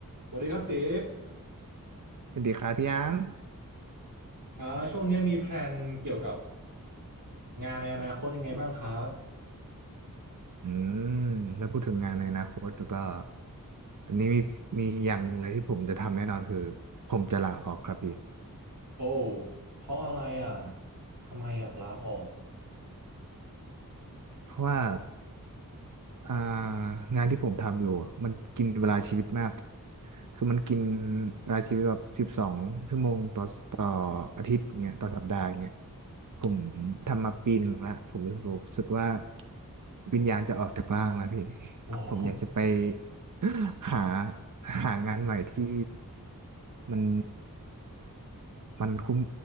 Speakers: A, on the right; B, on the right.
A: สวัสดีครับเต๋
B: สวัสดีครับพี่ยาง
A: อ่าช่วงเนี้ยมีแพลนเกี่ยวกับงานในอนาคตยังไงบ้างครับ
B: อืมแล้วพูดถึงงานในอนาคตแล้วก็ตอนนี้มีมีอย่างหนึ่งเลยที่ผมจะทำแน่นอนคือผมจะลาออกครับพี่
A: โอ้เพราะอะไรอ่ะทำไมอยากลาออก
B: เพราะว่าอ่างานที่ผมทำอยู่อะมันกินเวลาชีวิตมากคือมันกินเวลาชีวิตแบบสิบสองชั่วโมงต่อต่ออาทิตย์เงี้ยต่อสัปดาห์เงี้ยผมทำมาปีหนึ่งละผมรู้สึกรู้สึกว่าวิญญาณจะออกจากร่างแล้วพี่
A: โอ้โห
B: <laughs> ผมอยากจะไป <gasps> <laughs> หาหางานใหม่ที่ มันมันคุ้ม